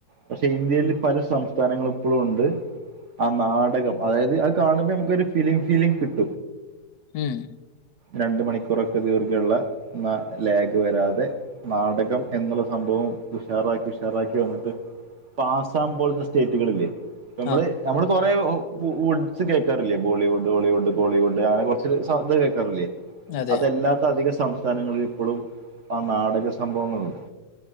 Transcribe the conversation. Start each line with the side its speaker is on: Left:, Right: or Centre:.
Right: പക്ഷെ ഇന്ത്യേല് പല സംസ്ഥാനങ്ങളും ഇപ്പഴുവൊണ്ട്. ആ നാടകം അതായത് അത് കാണുമ്പോ നമുക്കൊരു ഫിലിം ഫീലിംഗ് കിട്ടും.
Left: ഉംഹ്.
Right: രണ്ട്‌ ‌ മണിക്കൂറൊക്കെ ദീർഘള്ള ന ലാഗ് വരാതെ. നാടകം എന്നുള്ള സംഭവം ഉഷാറാക്കി ഉഷാറാക്കി വന്നിട്ട്. ഇപ്പാസാം പോലത്തെ സ്റ്റേറ്റുകളില്ലേ. നമ്മള്
Left: ആ
Right: നമ്മള് കൊറെ വുഡ്സ് കേക്കാറില്ലേ ബോളിവുഡ് ഹോളിവുഡ്. ബോളിവുഡ് ആനെ കൊറച്ചൊര് സൗദ് കേൾക്കാറില്ലേ
Left: അതെ
Right: അതല്ലാത്ത അധിക സൗ താനങ്ങളിലിപ്പൊഴും ആ നാടക സംഭവങ്ങളുണ്ട്